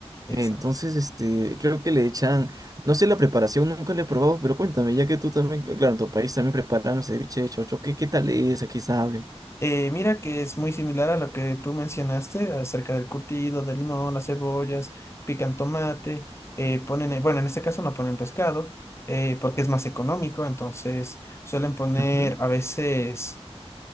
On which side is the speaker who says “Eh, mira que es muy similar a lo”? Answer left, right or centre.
Left